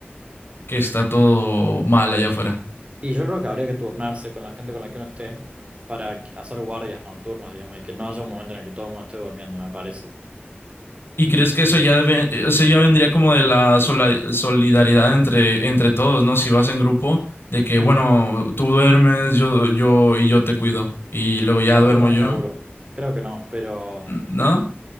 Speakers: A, on the left (about 65°); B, on the right (about 30°).
A: que está todo mal allá afuera?
B: Y yo creo que habría que turnarse con la gente con la que uno esté para hacer guardias nocturnas, digamos, y que no haya un momento en el que todo el mundo esté durmiendo, me parece.
A: ¿Y crees que eso ya, debe- eso ya vendría como de la sola- solidaridad entre, entre todos, ¿no? Si vas en grupo, de que,
B: Mm.
A: bueno, tú duermes, yo, yo y yo te cuido, y luego ya
B: No
A: duermo
B: estoy tan
A: yo,
B: seguro. Creo que no, pero
A: ¿no?